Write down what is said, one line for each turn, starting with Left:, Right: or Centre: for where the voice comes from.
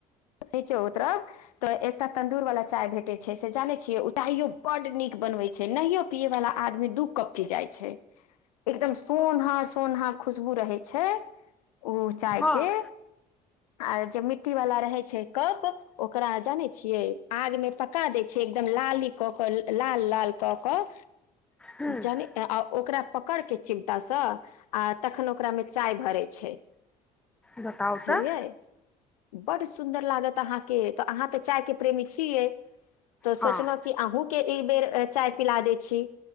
Left: नीचे उतरब तऽ एकटा तन्दूर वाला चाय भेटैत छै से जानै छियै ऊ चाइयो बड्ड नीक बनबै छै नहियो पियै वालला आदमी दू कप पी जाइ छै एकदम सोना सोना खुशबू रहै छै ओ चाय
Centre: हँ
Left: के आर जे मिट्टी वलाा रहै छै कप ओकरा जानै छियै आग मे पका दै छियै एकदम लाली कऽ क लाल लाल कऽ कऽ
Centre: ह
Left: जानि ओकरा पकड़ के चिमटा से आ तखन ओकरा में चाय भरे छै छै
Centre: बताउ
Left: बुझलियै
Centre: तऽ
Left: बड सु सुन्दर लागत अहाँके त अहाँ तऽ चाय के प्रेमी छियै तऽ
Centre: हँ
Left: सोचल कि अहूँ के एक बेर चाय पिला दै छी